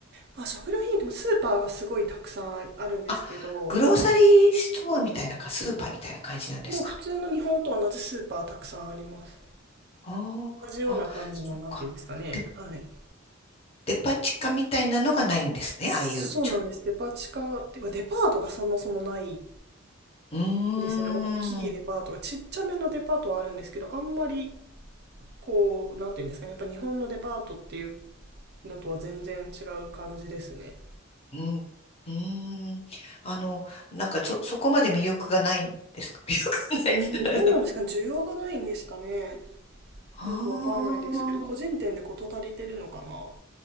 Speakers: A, on the right; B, on the left.
A: あ、食料品ってスーパーがすごいたくさんああるんですけど、
B: あ、グローサリーストアみたいなか、スーパーみたいな感じなんですか
A: もう普通の日本と同じスーパーたくさんあります。
B: あ
A: 同じような感じの、
B: あー、あ、そっか。
A: なんていうんですかね。
B: でも、
A: はい。
B: デパ地下みたいなのがないんですね。
A: そうなんです。
B: ああいう、ちょ、
A: デパ地下、てかデパートがそもそもないん
B: うーん、
A: ですよね。大きいデパートが。ちっちゃめのデパートはあるんですけど、あんまり、こう、なんていうんですかね。やっぱ日本のデパートっていうのとは全然違う感じですね。
B: うん、うーん。あの、なんか、そ、そこまで魅力がないんですか <laughs> 魅力がないですね。
A: うん、どうなんですかね。需要がないんですかね。
B: ああ、
A: よくわかんないですけど、個人店で事足りてるのかな。